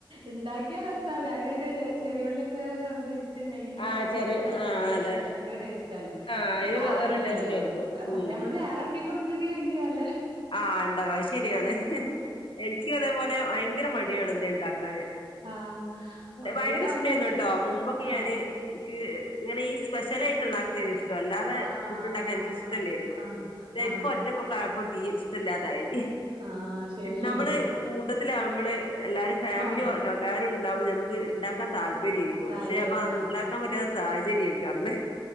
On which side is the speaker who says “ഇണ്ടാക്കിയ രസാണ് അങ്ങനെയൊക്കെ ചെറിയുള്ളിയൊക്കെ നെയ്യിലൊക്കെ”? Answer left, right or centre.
Right